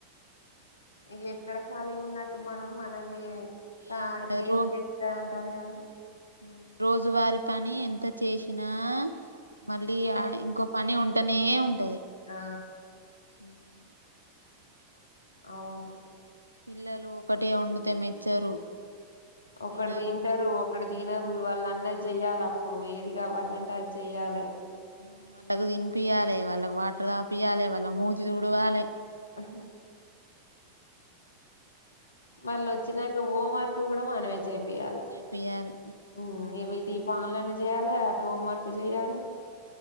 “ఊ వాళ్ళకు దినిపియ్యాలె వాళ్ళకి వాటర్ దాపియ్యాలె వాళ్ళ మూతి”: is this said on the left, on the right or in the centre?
Right